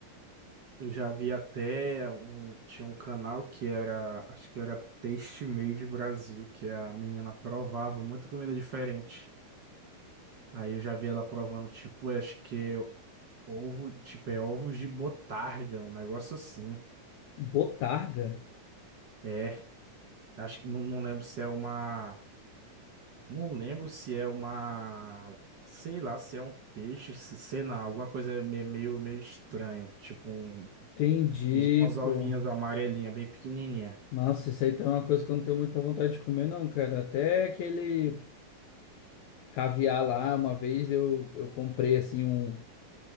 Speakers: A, on the right (about 45°); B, on the left (about 75°).
A: Eu já vi até um, tinha um canal que era, acho que era Taste Made Brasil, que a menina provava muita comida diferente. Aí eu já vi ela provando, tipo, acho que é ovo, tipo, é ovos de botarga, um negócio assim.
B: Botarga?
A: É, acho que não, não lembro se é uma Não lembro se é uma. Sei lá, se é um peixe, se sei lá, alguma coisa me- meio, meio estranho. Tipo um,
B: Entendi,
A: uns- umas ovinhas
B: pô.
A: amarelinhas, bem pequenininha.
B: Nossa, isso aí tá uma coisa que eu não tenho muita vontade de comer, não, cara. Até aquele caviar lá, uma vez eu, eu comprei assim um.